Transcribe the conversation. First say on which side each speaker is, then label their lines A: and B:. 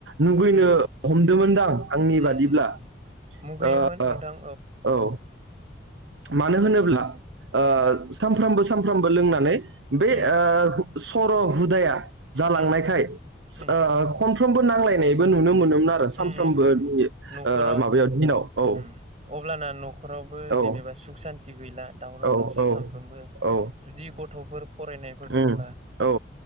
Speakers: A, on the right; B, on the right.
A: मुगैनो
B: उम
A: हमदोंमोनदां आंनि
B: उम
A: बादिब्ला
B: उम उम मुगैयोमोन
A: ओ
B: नोंथां
A: औ। मानो होनोब्ला
B: उम
A: ओ
B: उम
A: सानफ्रामबो सानफ्रामबो लोंनानै बे
B: उम
A: ओ सर' हुदाया जालांनायखाय
B: उम
A: स
B: उम
A: ओ खनफ्रोमबो नांलायनायबो नु नुनो मोनोमोन आरो
B: उम
A: सामफ्रामबोनि
B: उम उम न'खराव
A: ओ माबायाव दिनाव औ।
B: उम अब्लाना न'खरावबो जेनेबा
A: औ
B: सुख सान्थि गैला दावराव
A: औ
B: दावसि सानफ्रोमबो
A: औ औ
B: जुदि गथ'फोर फरायनायफोर दंब्ला
A: उम औ